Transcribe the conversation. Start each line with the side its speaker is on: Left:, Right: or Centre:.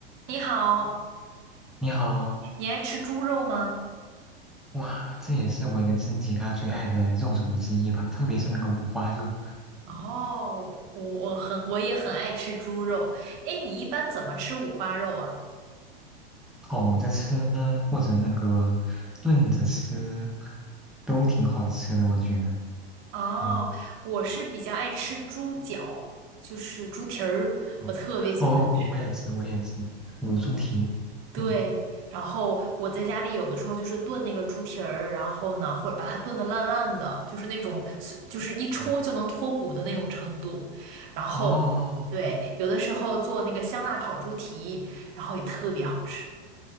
Right: 你好，
Centre: 你好，
Right: 你爱吃猪肉吗？
Centre: 哇，这也是我人生几大最爱的肉种之一吧，特别是那个五花肉，
Right: 哦，我我很我也很爱吃猪肉。哎，你一般怎么吃五花肉啊？
Centre: 烤着吃啊或者那个炖着吃，都挺好吃的，我觉得。
Right: 哦，
Centre: 嗯
Right: 我是比较爱吃猪脚，就是猪蹄儿，
Centre: 嗯，
Right: 我特别喜欢吃。
Centre: 哦，我也是，我也是，卤猪蹄。
Right: 对，
Centre: 嗯
Right: 然后我在家里有的时候就是炖那个猪蹄儿，然后呢，或者把它炖得烂烂的，就是那种就是一戳就能脱骨的那种程度。
Centre: 嗯，
Right: 然后，
Centre: 哦
Right: 对，有的时候做那个香辣烤猪蹄，然后也特别好吃。